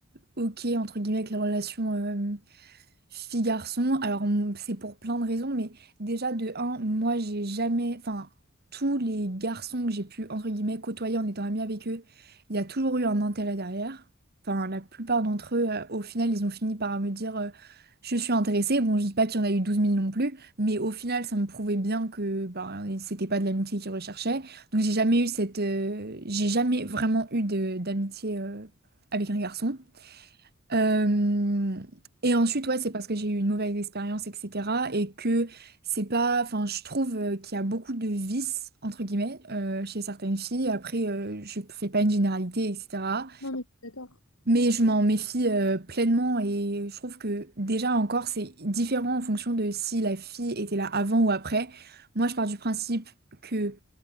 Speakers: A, on the right (about 50°); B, on the left (about 85°).
A: ok entre guillemets avec les relations euh, Fille garçon, alors m- c'est pour plein de raisons, mais déjà de un, moi j'ai jamais, enfin tous les garçons que j'ai pu entre guillemets côtoyer en étant amie avec eux, il y a toujours eu un intérêt derrière. Enfin la plupart d'entre eux, euh, au final, ils ont fini par me dire euh, je suis intéressée. Bon, je dis pas qu'il y en a eu douze mille non plus, mais au final ça me prouvait bien que ben, c'était pas de l'amitié qu'ils recherchaient. Donc j'ai jamais eu cette, euh, j'ai jamais vraiment eu de d'amitié euh, avec un garçon. Euh, et ensuite, ouais, c'est parce que j'ai eu une mauvaise expérience, etc. Et que c'est pas. Enfin, je trouve euh, qu'il y a beaucoup de vices, entre guillemets, euh, chez certaines filles. Après, euh, je fais pas une généralité, etc.
B: Non, mais je suis d'accord.
A: Mais je m'en méfie euh, pleinement. Et je trouve que déjà encore, c'est différent en fonction de si la fille était là avant ou après. Moi, je pars du principe. que